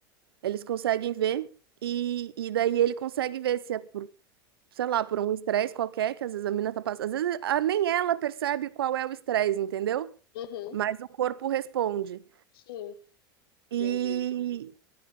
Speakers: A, on the right; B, on the left.
A: eles conseguem ver e, e daí ele consegue ver se é por sei lá, por um estresse qualquer que às vezes a mina tá passando. Às vezes a- nem ela percebe qual é o estresse, entendeu?
B: Uhum,
A: Mas o corpo responde.
B: sim,
A: E.
B: entendi.